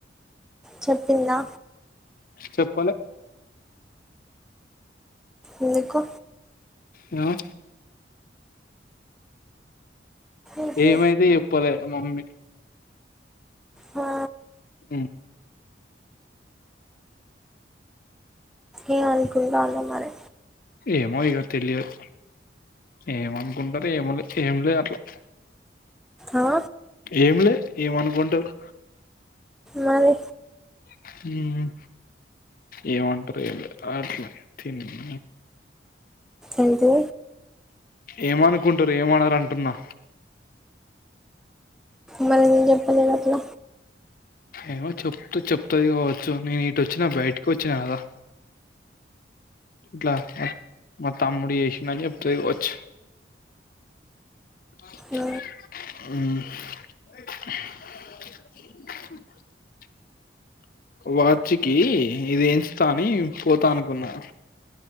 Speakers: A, in the centre; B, on the left (about 50°).
A: చెప్పిందా
B: చెప్పలే
A: ఎందుకు
B: ఏమో
A: ఉహు
B: ఏమైతే చెప్పలే మమ్మీ
A: హా
B: ఆ
A: ఏమనుకుంటాళ్ళు మరీ
B: ఏమో ఇక తెలియదు ఏమనుకుంటరు ఏమో లే ఏం లేదు అట్లా
A: ఆ
B: ఏంలే ఏమనుకుంటరు
A: మరి
B: ఉ ఉ ఏ వంటరో ఏమే ఆ ఆ తిన్న
A: ఎంటి
B: ఏమనుకుంటురు ఏమనరు అంటున్నా
A: మళ్ నేన్ చెప్పలేద్ అట్ల
B: ఏమో చెప్త చెప్తుది కావచ్చు నేను ఇటు వచ్చినా బయటికి వచ్చినా కదా ఇట్లా మా తమ్ముడి ఎసిన చెప్తతి కావచ్చు అ
A: ఆ,
B: వాచ్కి ఇదించుతా అని పోతా అనుకున్నా